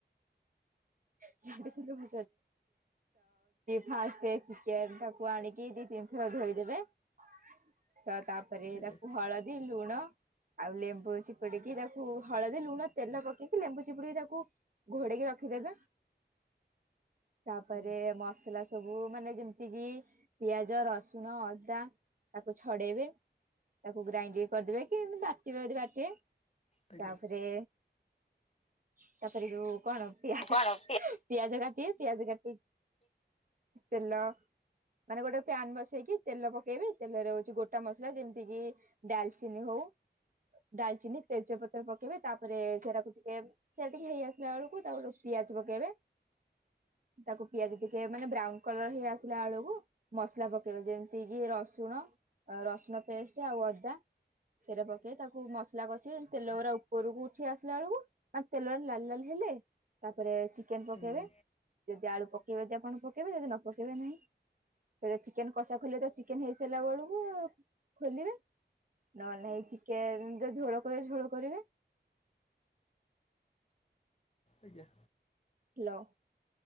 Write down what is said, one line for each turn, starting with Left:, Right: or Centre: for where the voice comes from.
Right: <unintelligible> ତ ହେଉଛି ଫାଷ୍ଟ ଚିକେନ୍ ଟାକୁ କୁ ଆଣିକି ଦି ତିନିଥର ଧୋଇଦେବେ ତ ତା ତାପରେ
Left: ଆଜ୍ଞା
Right: ତାକୁ ହଳଦୀ, ଲୁଣ ଆଉ ଲେମ୍ବୁ ଅଛି ଚିପୁଡିକି ତାକୁ ହଳଦୀ, ଲୁଣ, ତେଲ ପକେଇକି ଲେମ୍ବୁ ଚିପୁଡିକି ତାକୁ ଘୋଡେଇକି ରଖିଦେବେ। ତାପରେ
Left: ଆଜ୍ଞା
Right: ମସଲା ସବୁ ମାନେ ଯେମିତି କିି ପିଆଜ, ରସୁଣ, ଅଦା ତାକୁ ଛଡେଇବେ ତାକୁ ଗ୍ରାଇଣ୍ଡିକି କରିଦେବେ କି ବାଟିବେ ଯଦି ବାଟିବେ
Left: ଆଜ୍ଞା।
Right: ତାପରେ, ତାପରେ ଯୋଉ କଣ ପିଆଜ
Left: ଆଜ୍ଞା।
Right: ପିଆଜ କାଟିିବେ ପିଆଜ କାଟି, ତେଲ ମାନେ ଗୋଟେ ପ୍ୟାନ ବସେଇକି ତେଲ ପକେଇବେ ତେଲରେ ହଉଛି ଗୋଟା ମସଲା ଯେମିତିକିି ଡାଲଚିନି ହଉ ଡାଲଚିନି ତେଜପତ୍ର ପକେଇବେ ତାପରେ ସେରାକୁ ଟିକେ ସେରା ଟିକେ ହେଇ ଆସିଲା ବେଳକୁ ତା ପିଆ ଜ ପକେଇବେ, ତାକୁ ପିଆଜ ଟିକେ ମାନେ ବ୍ରାଉନ କଲର ହେଇ ଆସି ଆସିଲା ବେଳକୁ ମସଲା ପକେଇବେ ଯେମିତି କିି ରସୁଣ, ରସୁଣ ପେଷ୍ଟ ଆଉ ଅଦା- ସେରା ପକେଇ ତାକୁ ମସଲା କଷିବି ତେଲ ଗୁଡା ଉପରକୁ ଉଠି ଆସିଲା ବେଳକୁ ମା ତେଲ ଲାଲ୍ ଲାଲ୍ ହେଲେ ତାପରେ ଚିକେନ୍ ପକେଇବେ
Left: ଆଜ୍ଞା। ଆଜ୍ଞା
Right: ଯଦି ଆଳୁ ପକେଇବେ ଯଦି ଆପଣ ପକେଇବେ ଯଦି ନ ପକେଇବେ ନାହିଁ। ଏ ଚିକେନ କଷା ଖୋଲିବା ପାଇ ଚିକେନ ହେଇ ସାରିଲା ବେଳକୁ ଖୋଲିବେ। ନହେଲେ ନାଇ ଚିକେନ ଯେ ଝୋଳ କରିବେ ଝୋଳ କରିବେ।
Left: ଆଜ୍ଞା।
Right: ହାଲୋ